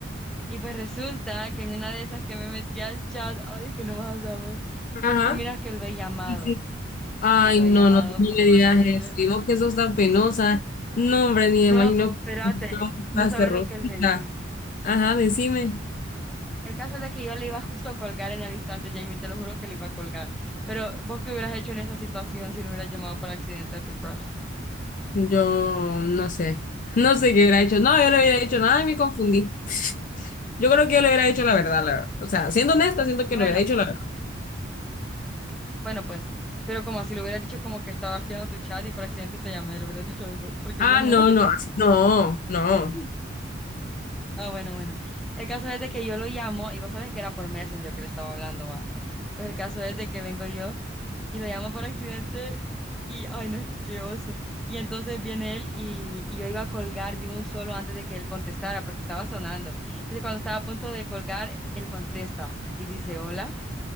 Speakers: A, in the centre; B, on the left.
A: Y pues resulta que en una de esas que me metí al chat, ay, que no vas a saber.
B: ajá.
A: No, miras que lo he llamado,
B: Sí, sí. Ay,
A: lo he
B: no,
A: llamado
B: no, no me
A: por
B: digas
A: Messenger.
B: eso. Y vos que sos tan penosa.
A: Sí.
B: No, hombre, ni
A: No,
B: me imagino
A: espérate,
B: cómo estás
A: no sabes
B: de rojita.
A: lo que le dije.
B: Ajá, decime.
A: El caso es de que yo le iba justo a colgar en el instante, Jamie, te lo juro que le iba a colgar. Pero vos qué hubieras hecho en esa situación si lo hubieras llamado por accidente a tu crush.
B: Yo no sé. No sé qué hubiera hecho. No, yo no hubiera hecho nada y me confundí. Yo creo que yo le hubiera hecho la verdad, la verdad. O sea, siendo honesta, siento que
A: Bueno.
B: lo hubiera hecho la
A: Bueno, pues, pero como si lo hubieras dicho, como que estabas tirando tu chat y por accidente te llamé, le hubieras dicho eso, porque
B: Ah,
A: yo no.
B: no, no, así- no, no.
A: <laughs> Ah, bueno, bueno. El caso es de que yo lo llamo, y vos sabés que era por Messenger que le estaba hablando, va. Pues el caso es de que vengo yo y lo llamo por accidente y, ay, no, qué qué oso. Y entonces viene él y, y yo iba a colgar de un solo antes de que él contestara, porque estaba sonando. Entonces cuando estaba a punto de colgar, él contesta y dice, hola.